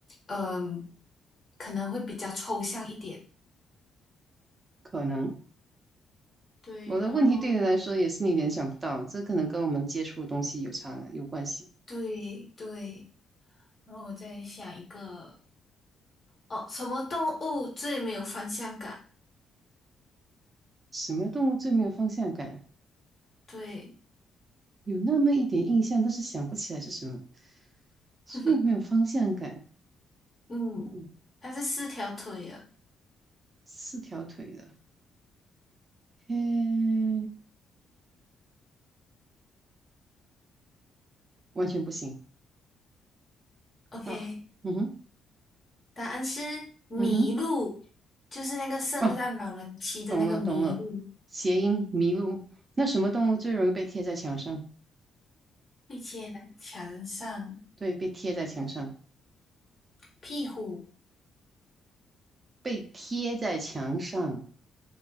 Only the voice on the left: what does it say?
嗯、可能会比较抽象一点。
对，
然后
对对，然后我再想一个，哦，什么动物最没有方向感？
对，
<laughs> 嗯，
它是四条腿啊。
OK，
答案是麋鹿，
就是那个圣诞老人骑的那个麋鹿。
被贴在墙上，
屁股